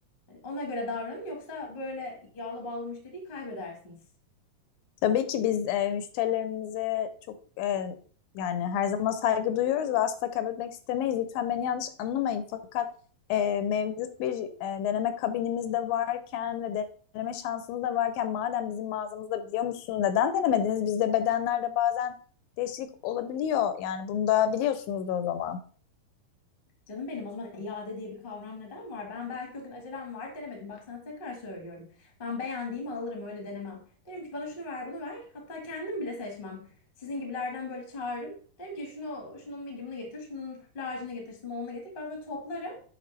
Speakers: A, on the left; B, on the left.
A: Hani ona göre davranın yoksa böyle yağlı bağlı müşteriyi kaybedersiniz.
B: Tabii ki biz e, müşterilerimize çok e, yani her zaman saygı duyuyoruz ve asla kaybetmek istemeyiz. Lütfen beni yanlış anlamayın. Fakat e, mevcut bir e, deneme kabinimiz de varken ve deneme şansımız da varken madem bizim mağazamızda biliyor musunuz neden denemediniz? Bizde bedenlerde bazen değişiklik olabiliyor. Yani bunu da biliyorsunuz o zaman.
A: Canım benim o zaman iade diye bir kavram neden var? Ben belki o gün acelem var denemedim. Bak sana tekrar söylüyorum. Ben beğendiğimi alırım öyle denemem. Derim ki bana şunu ver bunu ver. Hatta kendim bile seçmem. Sizin gibilerden böyle çağırırım. Derim ki şunu şunun medium'unu getir, şunun large'ını getir, small'ını getir. Ben böyle toplarım.